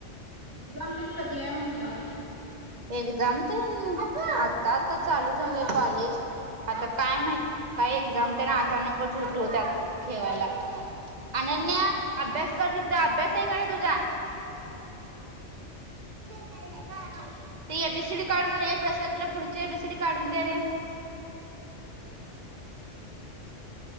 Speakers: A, on the right; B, on the right.
A: एक्झामतेन कधी आहे म्हंटलं?
B: एक्झामतेन आता आता चालू झालंय कॉलेज. आता काय माहित काय एक्झामतेन अचानकच उठूवत्यात ठेवायला. आनन्या अभ्यास कर तिथं, अभ्यास आहे का नाही तुझा? ते ए. बी. सी. डी काढ म्हणू ये प्रसाद तिला पुढची ए. बी. सी. डी काढून दे रे.